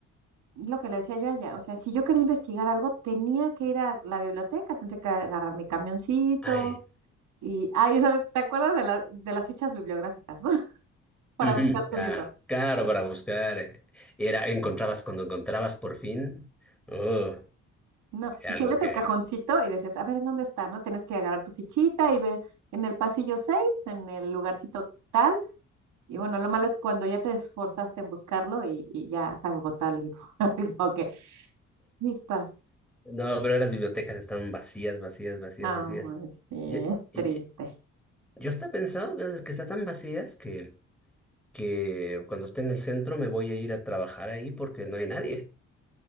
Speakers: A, on the right; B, in the centre.
A: Lo que le decía yo allá, o sea, si yo quería investigar algo, tenía que ir a la biblioteca, tenía que agarrar mi camioncito
B: Ay.
A: y, ay, ¿sabes? ¿Te acuerdas de, la- de las fichas bibliográficas, ¿no? <laughs> Para
B: ujú,
A: buscar tu
B: Claro,
A: libro.
B: claro, para buscar. eh, Era, encontrabas cuando encontrabas por fin. oh,
A: No, y
B: Algo
A: si abres
B: que...
A: el cajoncito y decías, a ver, ¿en dónde está? ¿No? Tienes que agarrar tu fichita y ver en el pasillo 6 en el lugarcito tal. Y bueno, lo malo es cuando ya te esforzaste en buscarlo y, y ya se agotó el libro. <laughs> Es como que, chispas.
B: No, pero las bibliotecas están vacías, vacías, vacías,
A: Ay,
B: vacías.
A: sí,
B: Y,
A: es
B: y
A: triste.
B: yo hasta pensaba pues, que están tan vacías que, que cuando esté en el centro me voy a ir a trabajar ahí porque no hay nadie.